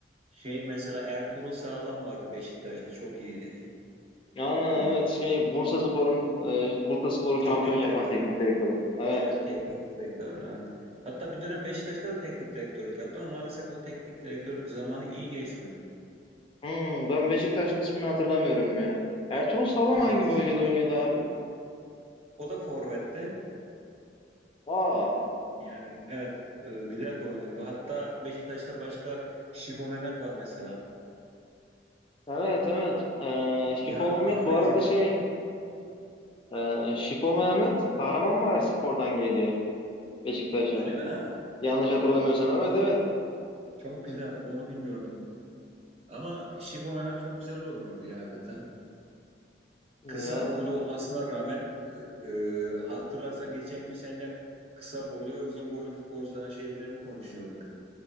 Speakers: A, on the right; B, on the left.
A: Şey mesela Ertuğrul Sağlam vardı Beşiktaş'ta çok iyiydi.
B: Aa,
A: E,
B: evet şey Bursaspor'un e, Bursaspor'u
A: teknik
B: şampiyon yapan
A: direktör.
B: teknik direktörü. Evet.
A: Evet teknik direktör evet. Hatta bir dönem Beşiktaş'ta da teknik direktörlük yaptı ama maalesef o teknik direktörlük zamanı iyi geçmedi.
B: Hmm, ben Beşiktaş kısmını hatırlamıyorum ya. Ertuğrul Sağlam
A: Evet.
B: hangi bölgede oynuyordu abi?
A: O da forvetti.
B: Aa,
A: Yani evet e, güzel de oynuyordu. Hatta Beşiktaş'ta başka Şifo Mehmet var mesela.
B: evet evet. E, Şipo
A: Nihat
B: Mehmet
A: Kahveci
B: bu arada
A: var.
B: şey e, Şipo Mehmet Kahramanmaraşspor'dan geliyor Beşiktaş'a.
A: Öyle mi?
B: Yanlış hatırlamıyorsam evet
A: O
B: evet.
A: Çok güzel. Onu bilmiyordum. Ama Şifo Mehmet çok güzel oynuyordu ya hakikaten.
B: Ya,
A: Kısa boylu olmasına rağmen e, e, hatırlarsan geçen gün seninle kısa boylu ve uzun boylu futbolcuların şeylerini konuşuyorduk.